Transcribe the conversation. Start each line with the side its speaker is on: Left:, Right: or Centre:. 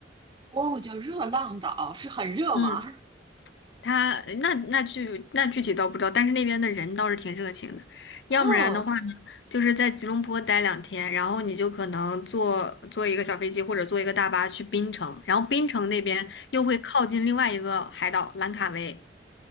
Right: 哦，叫热浪岛，是很热吗？
Left: 嗯，他那那具那具体倒不知道，但是那边的人倒是挺热情的。要不然的话呢，
Right: 哦，
Left: 就是在吉隆坡待两天，然后你就可能坐坐一个小飞机或者坐一个大巴去槟城，然后槟城那边又会靠近另外一个海岛兰卡威，